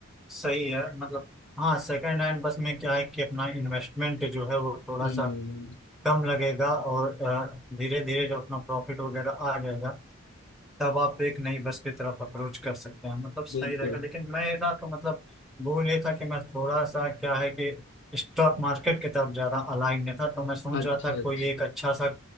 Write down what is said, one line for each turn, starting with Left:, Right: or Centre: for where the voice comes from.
Centre: सही है मतलब हाँ सेकंड हैंड बस में क्या है कि अपना इन्वेस्टमेंट जो है वो थोड़ा
Left: हम्म
Centre: सा कम लगेगा और धीरे धीरे जो अपना प्रॉफिट वगैरह आ जाएगा तब आप एक नई बस की तरफ अप्रोच कर सकते हैं मतलब सही
Left: बिल्कुल
Centre: रहेगा लेकिन मैं ना तो मतलब भूल ये था कि मैं थोड़ा सा क्या है कि स्टॉक मार्केट की तरफ ज्यादा अलाइन नहीं था तो मैं सोच
Left: अच्छा
Centre: रहा था कोई
Left: अच्छा
Centre: एक अच्छा सा